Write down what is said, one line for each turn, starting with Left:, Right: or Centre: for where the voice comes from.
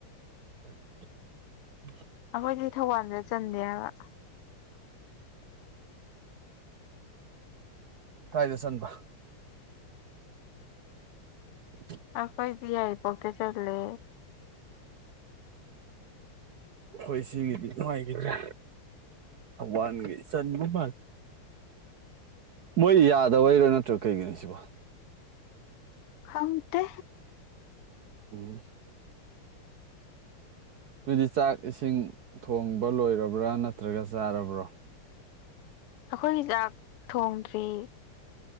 Right: <unintelligible>
Left: ꯑꯩꯈꯣꯏꯗꯤ ꯊꯧꯕꯥꯜꯗ ꯆꯟꯗꯦꯕ
Right: ꯀꯥꯏꯗ ꯆꯟꯕ <unintelligible>
Left: ꯑ ꯀꯩꯁꯤ ꯍꯥꯏ ꯄꯠꯇꯦ ꯆꯠꯦ
Right: ꯍꯣꯏ ꯁꯤꯒꯤꯗꯤ ꯅꯨꯡꯉꯥꯏꯈꯤꯗ꯭ꯔꯦ ꯊꯧꯕꯥꯟꯒꯤ ꯆꯟ ꯃ ꯃꯣꯏ ꯌꯥꯗꯕ ꯕꯩꯔꯣ ꯅꯠꯇ꯭ꯔ ꯀꯩꯒꯤꯅꯣ ꯁꯤꯕꯣ
Left: ꯍꯪꯇꯦ
Right: ꯑꯝ ꯅ‌ꯣꯏꯗꯤ ꯆꯥꯛ ꯏꯁꯤꯡ ꯊꯣꯡꯕ ꯂꯣꯏꯔꯕ꯭ꯔꯥ ꯅꯠꯇ꯭ꯔꯒ ꯆꯥꯔꯕ꯭ꯔꯣ
Left: ꯑꯩꯈꯣꯏꯒꯤ ꯆꯥꯛ ꯊꯣꯡꯗ꯭ꯔꯤ